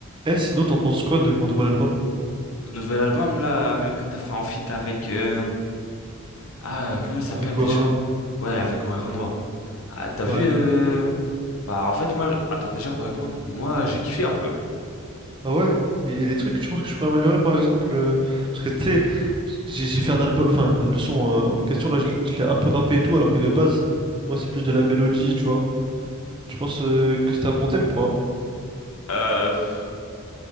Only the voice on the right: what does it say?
Eh, sinon, t'en penses quoi de mon nouvel album
avec
Werenoi?
Ouais.
Ah ouais? Il y a des trucs que tu penses que je pourrais améliorer, par exemple? euh, Parce que, tu sais, j'ai j'ai fait un album... Enfin, le son euh, en question, là, je, l'ai je l'ai un peu rappé et tout, alors que de base, moi, c'est plus de la mélodie, tu vois. Tu penses euh, que c'était un bon thème ou pas?